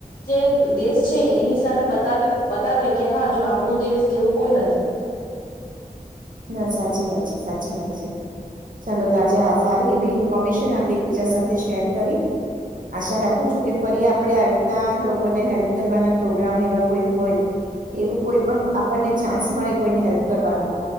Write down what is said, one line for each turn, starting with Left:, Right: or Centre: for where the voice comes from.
Left: જે દેશ છે એની સામે બતાવી બતાવે કે હા જો આપણું દેશ જેવું કોઈ નથી.
Right: ના સાચી વાત છે સાચી વાત છે ચાલો તો આજે સારી એવી ઈન્ફોર્મેશન આપણે એકબીજા સાથે શેર કરી આશા રાખું છું કે ફરી આપણે આવી રીતના લોકોને હેલ્પ કરવાના પ્રોગ્રામ એવા કોઈ હોય કે એવું કોઈ પણ આપણને ચાન્સ મળે કોઈને હેલ્પ કરવાનો.